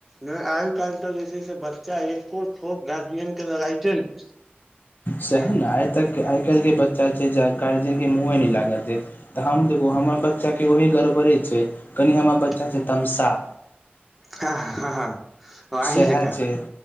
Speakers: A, in the centre; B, on the left.
A: नहि आइ काल्हि तऽ जे छै से बच्चा एको ठोप गार्जियन के न डराइते छै
B: सह
A: हूं
B: ने आइ तक आइ काल्हि के बच्चा छै गार्जियन के मुँहे नहि लागत तऽ हम देखू हमर बच्चाके ओही गड़बड़े छै कनि हमर बच्चा
A: हूं
B: छै तमशाह
A: हँ हँ हँ अहीं
B: सएह
A: जेका
B: छै